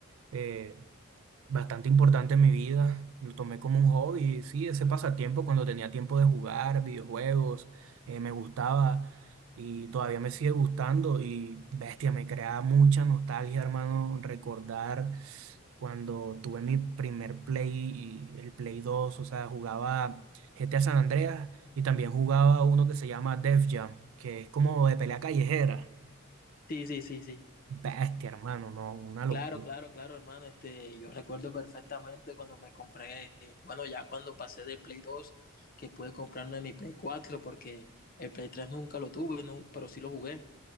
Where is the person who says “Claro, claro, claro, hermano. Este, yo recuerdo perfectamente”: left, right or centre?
Left